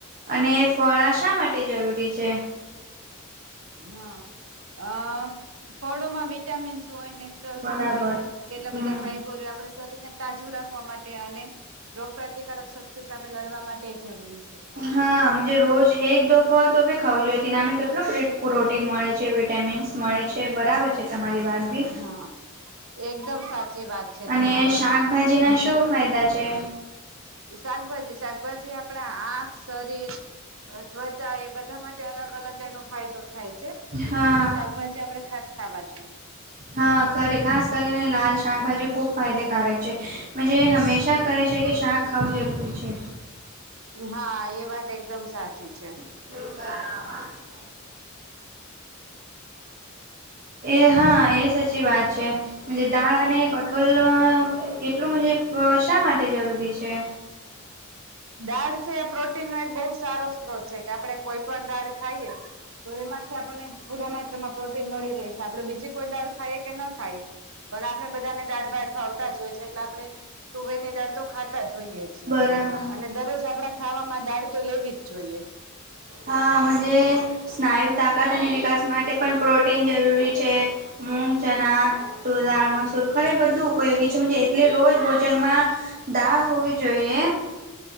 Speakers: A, on the right; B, on the right.
A: અને ફળા શા માટે જરૂરી છે?
B: હા અ ફળોમાં વિટામીન્સ હોય મિન રલ્સ
A: બરાબર
B: હોય કેટલા
A: હમ
B: બધા ફાઈબર હોય આપડે શરીર ને તાજુ રાખવા માટે અને રોગ પ્રતિકારક શક્તિ સામે લડવા માટે જરૂરી છે.
A: હા મજે રોજ એક દો ફળ તો બિ ખાવું જોઈએ તેનામી કેટલો પ્રિટ પ્રોટીન મળે છે, વિટામીન્સ મળે છે બરાબર છે તમારી વાત બી.
B: હા એકદમ સાચી વાત છે
A: અને
B: તમારી
A: શાકભાજી ના શું ફાયદા છે?
B: શાકભાજી, શાકભાજી આપડા આંક, શરીર અત્વચા એ બધા માટે અલગ અલગ એનો ફાયદો થાય ચે
A: હા
B: એટલે શાકભાજી આપડે ખાસ ખાવા જોઈએ.
A: હા ખરે ખાસ કરીને લાલ શાકભાજી ખુબ ફાયદેકારક છે. મજે હંમેશા કહે છે કે શાક ખાવું જરૂરી છે.
B: હા એ વાત એકદમ સાચી છે.
A: <inaudible> એ હા એ સચી વાત છે. મજે દાળ અને કઠોલ એટલું મજે પ શા માટે જરૂરી છે?
B: દાળ છે એ પ્રોટીન નો એક બહુ સારો સ્ત્રોત છે કે આપડે કોઈ પણ દાળ ખાઈએ તો એમાંથી આપને પૂરા માત્રામાં પ્રોટીન મળી રહે સે. આપડે બીજી કોઈ દાળ ખાઈએ કે ન ખાઈએ પણ આપણે બધાને દાળ ભાત ભાવતા જ હોય છે એટલે આપડે તુંવેર ની દાળ તો ખાતા જ હોઈએ છીએ.
A: રામાં.
B: અને દરરોજ આપડા ખાવામાં દાળ તો લેવી જ જોઈએ.
A: હા મજે સ્નાયુ તાકાત અને વિકાસ માટે પણ પ્રોટીન જરૂરી છે. મુંગ ચના તૂર દાળ મસૂર ખરે બધું ઉપયોગી છે મજે એટલે રોજ ભોજનમાં દાળ હોવી જોઈએ.